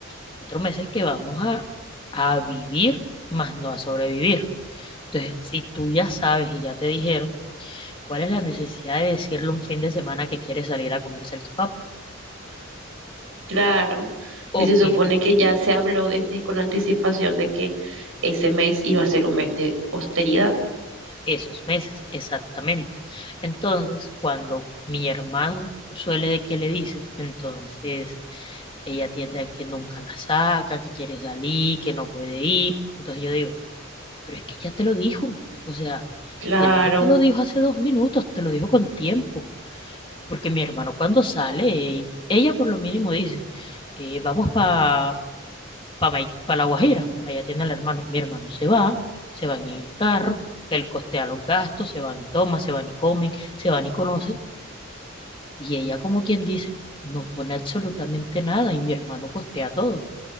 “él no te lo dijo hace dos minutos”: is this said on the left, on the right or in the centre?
Left